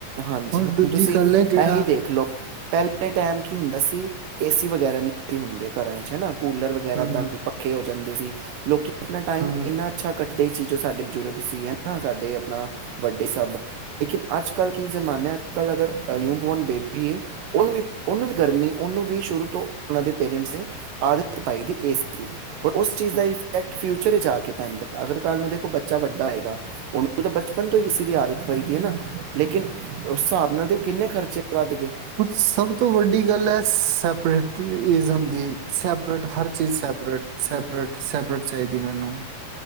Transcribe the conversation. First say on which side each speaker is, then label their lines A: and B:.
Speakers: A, on the right; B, on the right.
A: ਹਾਂਜੀ
B: ਔਰ
A: ਹੁਣ
B: ਦੂਜੀ
A: ਤੁਸੀਂ
B: ਗੱਲ ਹੈ ਜਿਹੜਾ
A: ਇਹੀ ਦੇਖ ਲਓ ਪਹਿਲ ਪਹਿਲੇ ਟਾਈਮ ਕੀ ਹੁੰਦਾ ਸੀ ਏਸੀ ਵਗੈਰਾ ਨਹੀਂ ਸੀ ਹੁੰਦੇ ਘਰਾਂ ਚ ਹੈਨਾ। ਕੂਲਰ ਵਗੈਰਾ
B: ਹੂੰ
A: ਤਾਂ ਪੱਖੇ ਜਾਂਦੇ ਸੀ ਲੋਕੀ ਅਪਣਾ ਟਾਈਮ
B: ਹੂੰ
A: ਏਨਾ ਅੱਛਾ ਕਟ ਹੀ ਸੀ ਜੋ ਸਾਡੇ ਬਜ਼ੁਰਗ ਸੀ ਹੈਨਾ ਸਾਡੇ ਨਾ ਵੱਡੇ ਸਭ ਲੇਕਿਨ ਅਜ ਕੱਲ੍ਹ ਕੀ ਜਮਾਨਾ ਅਜ ਕੱਲ ਅਗਰ ਐ ਨਿਊ ਬੋਰਨ ਬੇਬੀ ਏ ਉਨੂੰ ਵੀ ਉੁਨੂੰ ਵੀ ਗਰਮੀ ਉਹਨੂੰ ਵੀ ਸ਼ੁਰੂ ਤੋਂ ਉਹਨਾਂ ਦੇ ਪੇਰੈਂਟਸ ਨੇ ਆਦਤ ਪਾਈ ਦੀ ਐਸੀ ਦੀ। ਉਸ ਚੀਜ਼
B: ਹੂੰ
A: ਦਾ ਇਫੈਕਟ ਫਿਊਚ ਜਾ ਕੇ ਪੈਂਦਾ ਅਗਰ ਕੱਲ ਨੂੰ ਦੇਖੋ ਬੱਚਾ ਵੱਡਾ ਹੋਏਗਾ ਉਹਨੂੰ ਤਾਂ ਬਚਪਨ ਤੋਂ ਹੀ ਐਸੀ ਦੀ ਆਦਤ ਪਈ ਦੀ ਹੈ ਨਾ। ਲੇਕਿਨ ਉਸ ਹਿਸਾਬ ਨਾਲ ਕਿੰਨੇ ਖਰਚੇ ਵੱਧ ਗਏ।
B: ਹੁਣ ਸਭ ਤੋਂ ਵੱਡੀ ਗੱਲ ਹੈ। ਸਪਰੇਟਜ਼ਮ ਦੀ ਸੈਪਰੇਟ ਹਰ ਚੀਜ਼ ਸੈਪਰੇਟ ਸੈਪਰੇਟ ਸਪਰੇ ਚਾਹੀਦੀ ਮੈਨੂੰ।